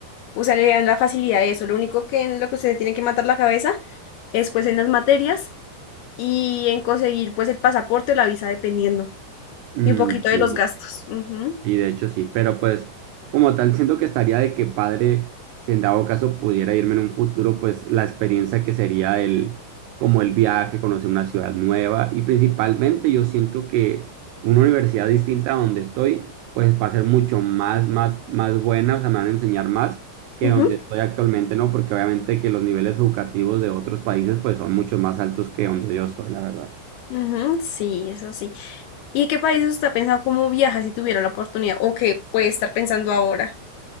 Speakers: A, on the left; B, on the right.
A: O sea, le dan la facilidad de eso. Lo único que en lo que usted tiene que matar la cabeza es pues en las materias y en conseguir pues el pasaporte o la visa dependiendo.
B: Mm,
A: Y un poquito de
B: sí.
A: los gastos. Ujú,
B: Y de hecho sí, pero pues como tal siento que estaría de que padre, si en dado caso pudiera irme en un futuro, pues la experiencia que sería el, como el viaje, conocer una ciudad nueva y principalmente yo siento que una universidad distinta a donde estoy, pues va a ser mucho más, más, más buena, o sea, me van a enseñar más que
A: ujú,
B: donde estoy actualmente, ¿no? Porque obviamente que los niveles educativos de otros países pues son mucho más altos que donde yo estoy, la verdad.
A: ujú, sí, eso sí. ¿Y qué países usted ha pensado cómo viaja si tuviera la oportunidad? ¿O qué puede estar pensando ahora?